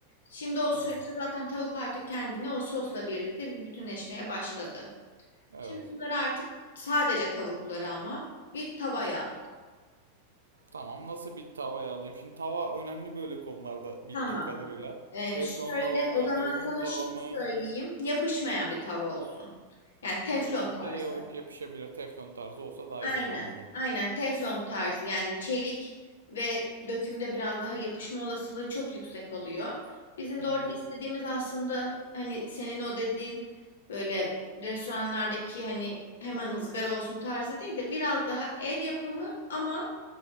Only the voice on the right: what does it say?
Tamam.
Evet.
Tamam. Nasıl bir tavaya alayım? Şimdi tava önemli böyle konularda bildiğim
kadarıyla.
Teflon
tava mı,
döküm
tava
mı?
Dökümde
yap- yapışabilir. Teflon tarzı olsa daha
iyi olur. Anladım.
Hı
hı.